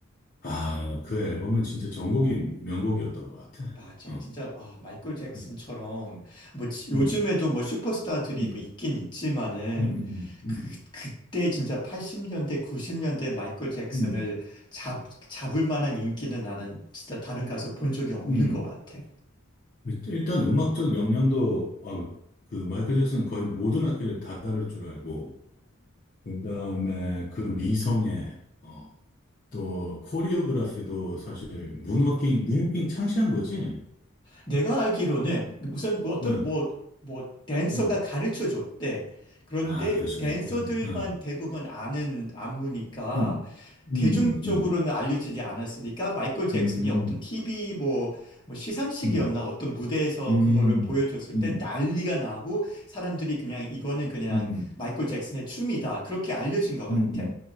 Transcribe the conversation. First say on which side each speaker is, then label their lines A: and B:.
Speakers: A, on the left; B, on the left.
A: 아, 그 앨범은 진짜 전곡이 명곡이었던 것 같아.
B: 맞아.
A: 어.
B: 진짜 아, 마이클 잭슨처럼
A: 음,
B: 뭐 지- 요즘에도
A: 음,
B: 뭐 슈퍼스타들이
A: 음,
B: 뭐 있긴 있지만은
A: 음, 음, 음,
B: 그 그때 진짜 80년대 90년대 마이클 잭슨을
A: 음.
B: 잡 잡을 만한 인기는 나는 진짜 다른 가수 본 적이 없는
A: 음.
B: 것 같아.
A: 일단 음악적 역량도 아, 그 마이클 잭슨 거의 모든 악기를 다 다룰 줄 알고 그다음에 그 미성에 어, 또 코리오그라피도 사실 문워킹 문워킹 창시한 거지.
B: 내가 알기로는 무슨 뭐 어떤
A: 응,
B: 뭐, 뭐 댄서가
A: 응.
B: 가르쳐 줬대. 그런데
A: 아 가르쳐줬다.
B: 댄서들만
A: 응,
B: 대부분 아는 안무니까
A: 응,
B: 대중적으로는
A: 응, 응,
B: 알려지지 않았으니까 마이클 잭슨이
A: 응,
B: 어떤 TV 뭐, 뭐 시상식이었나
A: 응,
B: 어떤 무대에서
A: 응,
B: 그거를
A: 응,
B: 보여줬을 때
A: 응,
B: 난리가 나고 사람들이 그냥 이거는 그냥
A: 응,
B: 마이클 잭슨의 춤이다. 그렇게 알려진 것 같아.
A: 응,